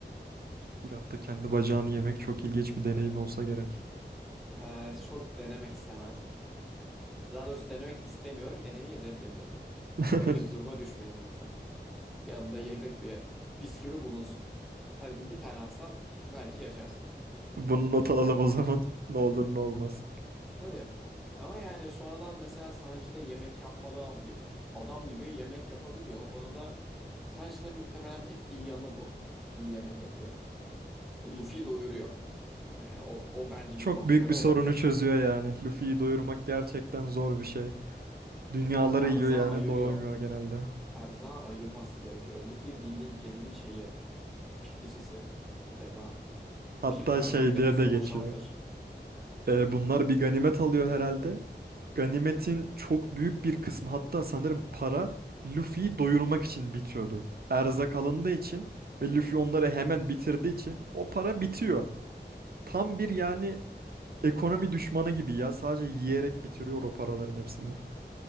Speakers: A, on the right; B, in the centre.
A: bir hafta kendi bacağını yemek çok ilginç bir deneyim olsa gerek.
B: Ee, çok denemek istemezdim. Daha doğrusu denemek istemiyorum. Denemeyi reddediyorum. Yani
A: <laughs>
B: öyle bir duruma düşmeyin lütfen. Yanında yedek bir bisküvi bulunsun. Her gün bir tane atsan belki yaşarsın.
A: Bunu not alalım o zaman. Ne olur ne olmaz.
B: <laughs> Tabii. Ama yani sonradan mesela Sanji de yemek yapmalı bir adam gibi yemek yapabiliyor. O konuda Sanji'nin muhtemelen tek iyi yanı bu. İyi yemek yapıyor. Luffy'yi doyuruyor. Ee, o, o bence
A: Çok
B: bir başarı
A: büyük bir
B: olabilir.
A: sorunu çözüyor yani. Luffy'yi doyurmak gerçekten zor bir şey. Dünyaları
B: Ya erza
A: yiyor yani
B: ayırıyor.
A: doyamıyor genelde.
B: Erza ayırması gerekiyor. Luffy bildiğin geminin şeyi tüketicisi. Direktman
A: Hatta
B: bir erzak
A: şey
B: deposunu
A: diye de geçiyor.
B: boşaltır.
A: E, bunlar bir ganimet alıyor herhalde. Ganimetin çok büyük bir kısmı hatta sanırım para Luffy'yi doyurmak için bitiyordu. Erzak alındığı için ve Luffy onları hemen bitirdiği için o para bitiyor. Tam bir yani ekonomi düşmanı gibi ya. Sadece yiyerek bitiriyor o paraların hepsini.